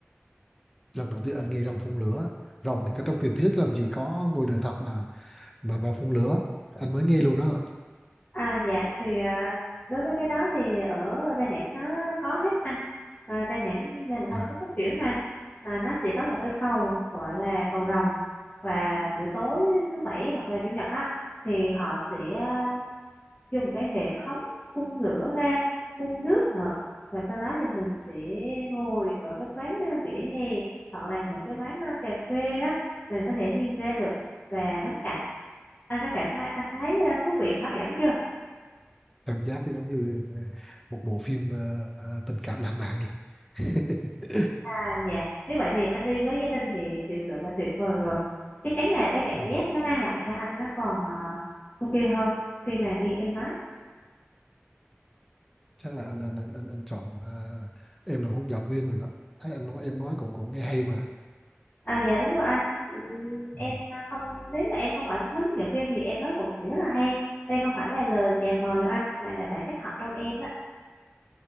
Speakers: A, in the centre; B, on the left (about 35°).
A: lần đầu tiên anh nghe rồng phun lửa rồng thì có trong truyền thuyết làm gì có ngoài đời thật mà mà mà phun lửa anh mới nghe luôn đó
B: à dạ thì à, đối với cái đó thì ở Đà Nẵng nó có hết anh à, Đà Nẵng là một thành
A: wow.
B: phố phát triển mà à, nó sẽ có một cái cầu gọi là cầu rồng và buổi tối thứ bảy hoặc là chủ nhật á thì họ sẽ à, dùng cái hệ thống phun lửa ra phun nước nữa và sau đó thì mình sẽ ngồi ở cái quán à, vỉa hè hoặc là những cái quán à, cà phê á mình có thể nhìn ra được và ngắm cảnh Anh có cảm thấy anh thấy ờ, thú vị và hấp dẫn chưa?
A: cảm giác thì giống như ờ, một bộ phim ờ, ờ, tình cảm lãng mạn nhỉ <laughs>
B: À dạ, nếu vậy thì anh đi với gia đình thì thực sự là tuyệt vời rồi. Chắc chắn là cái cảm
A: Ừ.
B: giác nó mang lại cho anh nó còn ờ, ok hơn khi mà nghe em nói.
A: chắc là anh anh anh anh, anh chọn ờ, em là hướng dẫn viên rồi đó thấy anh nói em nói cũng cũng nghe hay mà
B: À dạ đúng rồi anh. Ừm,
A: ừ.
B: em à, không nếu mà em không phải hướng dẫn viên thì em nói cũng sẽ rất là hay. Đây không phải là lời chào mời đâu anh, mà là bản cách thật trong em đó.